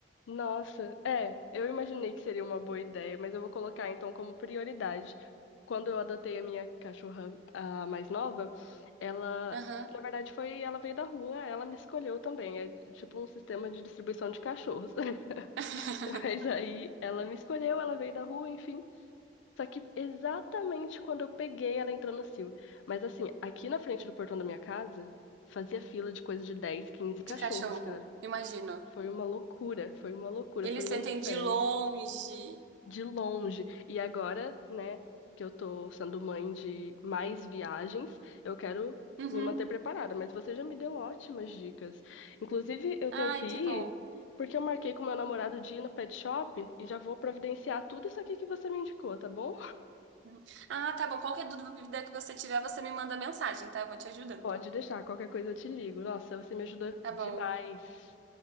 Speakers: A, on the left (about 80°); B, on the right (about 70°).
A: Nossa, é, eu imaginei que seria uma boa ideia, mas eu vou colocar então como prioridade. Quando eu adotei a minha cachorra, a mais nova, ela,
B: Aham.
A: na verdade, foi, ela veio da rua, ela me escolheu também. É tipo um sistema de distribuição de cachorros. <laughs>
B: <laughs>
A: Mas aí ela me escolheu, ela veio da rua, enfim. Só que exatamente quando eu peguei, ela entrou no cio. Mas assim, aqui na frente do portão da minha casa, fazia fila de coisa de 10, 15 cachorros,
B: De cachorro,
A: cara.
B: imagino.
A: Foi uma loucura, foi uma loucura,
B: Eles
A: foi
B: sentem
A: um inferno
B: de longe.
A: de longe. E agora, né, que eu tô sendo mãe de mais viagens, eu quero
B: Uhum.
A: me manter preparada, mas você já me deu ótimas dicas. Inclusive, eu tenho
B: Ai,
A: que ir
B: que bom.
A: porque eu marquei com meu namorado de ir no pet shop e já vou providenciar tudo isso aqui que você me indicou, tá bom?
B: Uhum. Ah, tá bom. Qualquer dúvida que você tiver, você me manda mensagem, tá? Eu vou te ajudando.
A: Pode deixar, qualquer coisa eu te ligo. Nossa, você me ajuda
B: Tá
A: demais.
B: bom.